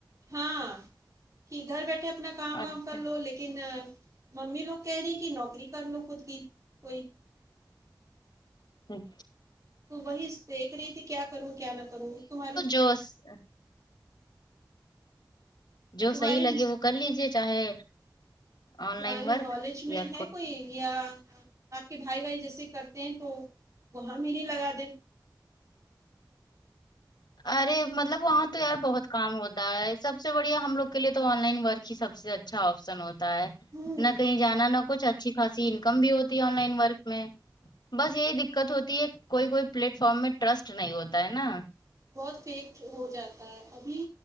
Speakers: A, on the right; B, on the left.
A: ہاں کہ گھر بیٹھے اپنا کام وام
B: اچھا
A: کر لو لیکن ممی لوگ کہہ رہی ہیں کہ نوکری کر لو خود کی کوئی
B: اچھا
A: تو وہی دیکھ رہی تھی کیا کروں کیا نہ کروں تمہارے
B: دوس جو
A: تمہاری
B: صحیح لگے وہ کر لیجے چاہے آن
A: تمہاری
B: لائن ورک
A: نالج میں
B: یا
A: ہے کوئی یا آپ کے بھائی وھائی جیسے کرتے ہیں تو وہاں میری لگا دیں
B: ارے مطلب وہاں تو یار بہت کام ہوتا ہے سب سے بڑھیا ہم لوگ کے لیے تو آن لائن ورک ہی سب سے اچھا آپشن ہو تا ہے
A: ہوں
B: نہ کہیں جانا نہ کچھ اچھی خاصی انکم بھی ہوتی آن لائن ورک میں بس یہی دقت ہوتی ہے کوئی کوئی پلیٹ فارم میں ٹرسٹ نہیں ہوتا ہے نا
A: بہت فیک ہو جاتا ہے ابھی